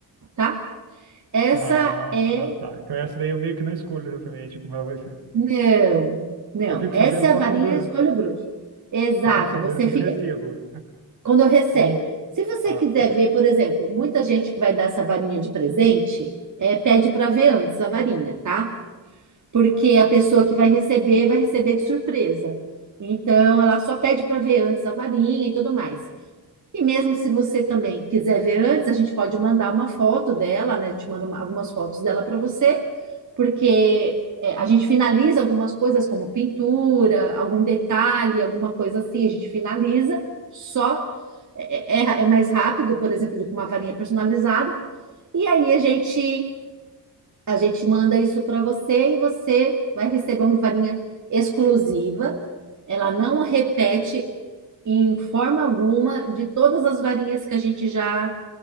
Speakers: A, on the right; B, on the right.
A: tá? Essa
B: Ah,
A: é.
B: tá. Então essa daí eu meio que não escolho exatamente como ela vai ser.
A: Não, não.
B: Eu fico
A: Essa
B: sabendo só
A: é a varinha
B: quando,
A: escolhe o bruxo. Exato.
B: só fico sabendo
A: Você
B: quando
A: fica.
B: eu recebo.
A: Quando recebe.
B: Ou,
A: Se você
B: ah,
A: quiser
B: tá.
A: ver, por exemplo, muita gente que vai dar essa varinha de presente, é, pede para ver antes a varinha, tá? Porque a pessoa que vai receber, vai receber de surpresa. Então, ela só pede para ver antes a varinha e tudo mais. E mesmo se você também quiser ver antes, a gente pode mandar uma foto dela, né? A gente manda uma- algumas fotos dela para você, porque é, a gente finaliza algumas coisas como pintura, algum detalhe, alguma coisa assim, a gente finaliza só. É, é- é é mais rápido, por exemplo, do que uma varinha personalizada. E aí a gente a gente manda isso para você e você vai receber uma varinha exclusiva. Ela não repete em forma alguma de todas as varinhas que a gente já